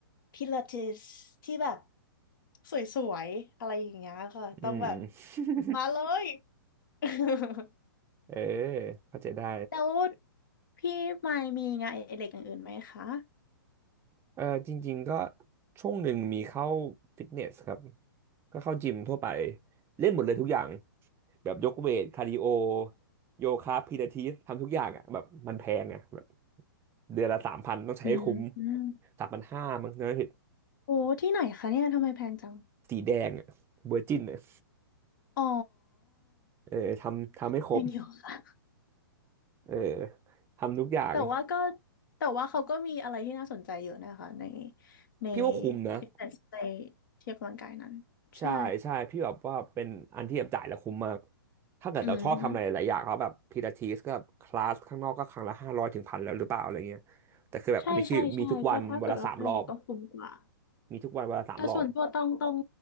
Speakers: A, on the left (about 60°); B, on the right (about 20°).
A: พิลาทิสที่แบบสวยๆอะไรอย่างเงี้ยค่ะต้องแบบ
B: อืม <laughs>
A: มาเลย <laughs>
B: เออเข้าใจได้
A: แล้วพี่มายมีงานอดิเรกอย่างอื่นไหมคะ
B: เออจริงๆก็ช่วงหนึ่งมีเข้าฟิตเนสครับก็เข้าจิมทั่วไปเล่นหมดเลยทุกอย่างแบบยกเวทคาร์ดิโอโยคะพิลาทิสทำทุกอย่างอ่ะแบบมันแพงอ่ะแบบเดือนละสามพันต้องใช้ให้คุ้ม
A: อืมอืม
B: สามพันห้ามั้งนะเห
A: โอ้ที่ไหนคะเนี่ยทำไมแพงจัง
B: สีแดงอ่ะเวอร์จินอ่ะ
A: อ๋อ
B: เออทำทำให้ครบ
A: <laughs> ยังอยู่ค่ะ
B: เออทำทุกอย่าง
A: แต่ว่าก็แต่ว่าเขาก็มีอะไรที่น่าสนใจเยอะนะคะในใน
B: พี่ว่าคุ้มนะ
A: ฟิตเนสในที่ออกกำลังกายนั้นใช่
B: ใช่ใช่พี่แบบว่าเป็นอันที่แบบจ่ายแล้วคุ้มมากถ้าเกิดเราชอบทำอะไรหลายๆอย่างเขาแบบพิลาทิสก็คลาสข้างนอกก็ครั้งละห้าร้อยถึงพันแล้วหรือเปล่าอะไรเงี้ยแต่คือแบบอันนี้คือมีทุกวันวันละสามรอบ
A: อืมใช่ใช่ใช่ก็ถ้าเกิดว่าไปเองก็คุ้มกว่า
B: มีทุกวันวันละสามรอบ
A: แต่ส่วนตัวตองตอง